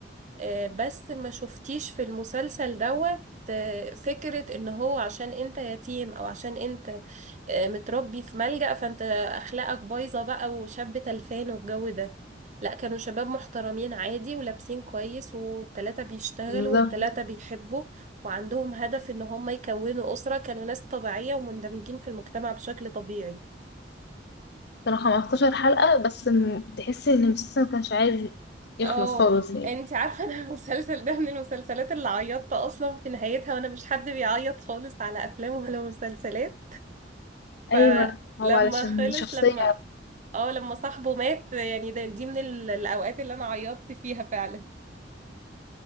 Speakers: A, on the right; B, on the left.
A: آه، بس ما شفتيش في المسلسل دوت آه، فكرة ان هو عشان انت يتيم او عشان انت آه، متربي في ملجأ فانت اخلاقك بايظة بقى وشاب تلفان والجو ده لا كانوا شباب محترمين عادي ولابسين كويس والتلاتة بيشتغلوا
B: بالظبط
A: والتلاتة بيحبوا وعندهم هدف ان هم يكونوا أسرة كانوا ناس طبيعية ومندمجين في المجتمع بشكل طبيعي
B: كانوا 15 حلقة بس م- تحسي ان المسلسل ما كانش عايز يخلص
A: اه
B: خالص يعني
A: انت عارفه انا <laughs> المسلسل ده من المسلسلات اللي عيطت اصلا في نهايتها وانا مش حد بيعيط خالص على افلام ولا مسلسلات فلما
B: ايوه هو علشان
A: خلص
B: شخصية
A: لما اه لما صاحبه مات يعني ده دي من ال- الاوقات اللي انا عيطت فيها فعلا